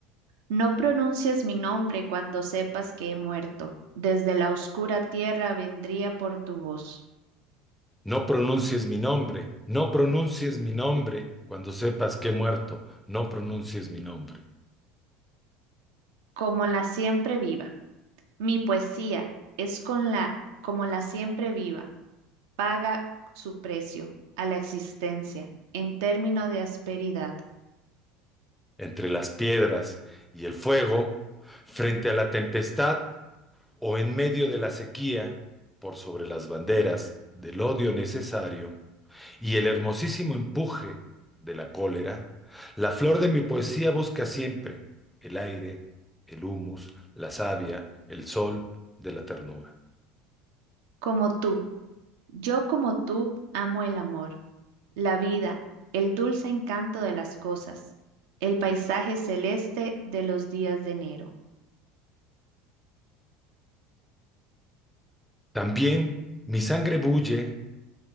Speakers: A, on the right; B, in the centre.
A: No pronuncies mi nombre cuando sepas que he muerto. Desde la oscura tierra vendría por tu voz,
B: No pronuncies mi nombre, no pronuncies mi nombre. Cuando sepas que he muerto, no pronuncies mi nombre.
A: como la siempre viva. Mi poesía es con la, como la siempre viva. paga su precio a la existencia en término de asperidad.
B: Entre las piedras y el fuego, frente a la tempestad o en medio de la sequía, por sobre las banderas del odio necesario, Y el hermosísimo empuje de la cólera, la flor de mi poesía busca siempre el aire, el humus, la savia, el sol de la ternura.
A: Como tú, yo como tú amo el amor, la vida, el dulce encanto de las cosas, el paisaje celeste de los días de enero,
B: También mi sangre bulle